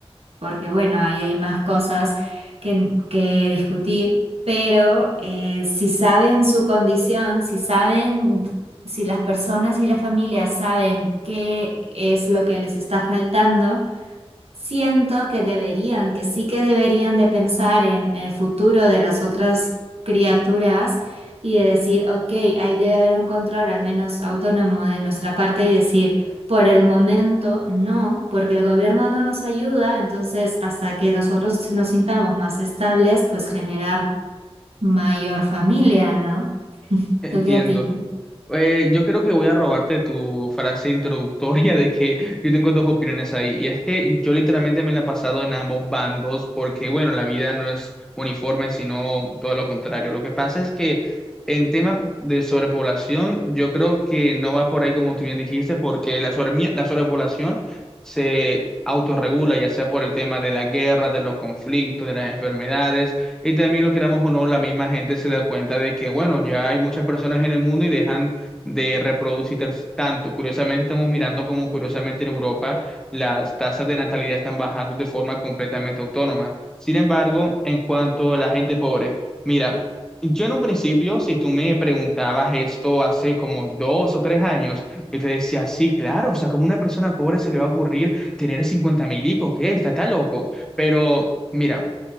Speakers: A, on the right; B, in the centre.
A: porque bueno, ahí hay más cosas que, que discutir, pero eh, si saben su condición, si saben, si las personas y las familias saben qué es lo que les está faltando, Siento que deberían, que sí que deberían de pensar en el futuro de las otras criaturas y de decir, ok, ahí debe haber un control al menos autónomo de nuestra parte y decir, por el momento no, porque el gobierno no nos ayuda, entonces hasta que nosotros nos sintamos más estables, pues generar mayor familia, ¿no?
B: Entiendo.
A: ¿Tú qué opinas?
B: Eh, yo creo que voy a robarte tu frase introductoria de que yo tengo dos opiniones ahí. Y es que yo literalmente me la he pasado en ambos bandos porque, bueno, la vida no es uniforme, sino todo lo contrario. Lo que pasa es que en tema de sobrepoblación, yo creo que no va por ahí como tú bien dijiste, porque la, sobre, la sobrepoblación se autorregula, ya sea por el tema de la guerra, de los conflictos, de las enfermedades. Y también lo queramos o no, la misma gente se da cuenta de que, bueno, ya hay muchas personas en el mundo y dejan de reproducir tanto. Curiosamente, estamos mirando como curiosamente en Europa las tasas de natalidad están bajando de forma completamente autónoma. Sin embargo, en cuanto a la gente pobre, mira, yo en un principio, si tú me preguntabas esto hace como dos o tres años, yo te decía, sí, claro, o sea, como una persona pobre se le va a ocurrir tener 50 mil hijos, ¿qué? Está, está loco. Pero mira.